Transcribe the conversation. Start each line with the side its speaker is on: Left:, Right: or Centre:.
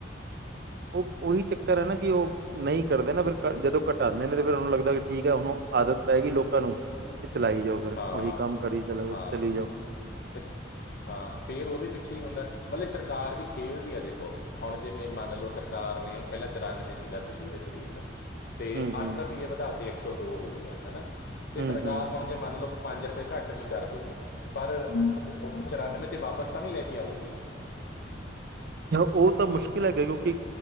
Right: ਉਹ ਉਹੀ ਚੱਕਰ ਹੈ ਨਾ ਕਿ ਉਹ ਨਹੀਂ ਕਰਦੇ ਨਾ ਫਿਰ ਜਦੋਂ ਘਟਾਉਂਦੇ ਨੇ ਤੇ ਫਿਰ ਉਹਨੂੰ ਲੱਗਦਾ ਕਿ ਠੀਕ ਹੈ ਹੁਣ ਆਦਤ ਪਏਗੀਈ ਲੋਕਾਂ ਨੂੰ। ਤੇ ਚਲਾਈ ਜਾਓ। ਫੇਰ
Left: ਹਾਂ
Right: ਉਹੀ ਕੰਮ ਕਰੀ ਚ'
Left: ਹਾਂ
Right: ਚਲੀ ਜਾਓ।
Left: ਤੇ ਹਾਂ ਫੇਰ ਉਹਦੇ ਪਿੱਛੇ ਹੀ ਹੁੰਦਾ ਮਤਲਬ ਸਰਕਾਰ ਵੀ ਖੇਲਦੀ ਹੈ ਦੇਖੋ। ਹੁਣ ਜਵੇਂ ਮੰਨ ਲਓ ਸਰਕਾਰ ਨੇ ਪਹਿਲਾਂ ਚੁਰਾਨਵੇਂ ਸੀਗਾ ਦਿੱਲੀ ਵਿੱਚ ਰੇਟ। ਤੇ
Right: ਹੂੰ ਹੂੰ
Left: ਅੱਠ ਰੁਪਈਏ ਵਧਾ ਤੇ ਇੱਕ ਸੌ ਦੋ ਹੋ ਗਿਆ ਹਨਾ। ਤੇ
Right: ਹੂੰ
Left: ਸਰਕਾਰ
Right: ਹੂੰ
Left: ਹੁਣ ਤੇ ਮੰਨ ਲਓ ਪੰਜ ਰੁਪਏ ਘੱਟ ਵੀ ਕਰ ਦੂਗੀ। ਪਰ ਚੁਰਾਨਵੇਂ ਤੇ ਵਾਪਸ ਤਾਂ ਨਹੀਂ ਲੈ ਕੇ ਆਊਗੀ।
Right: ਉਹ ਤਾਂ ਮੁਸ਼ਕਿਲ ਹੈਗਾ ਕਿਉਂਕਿ,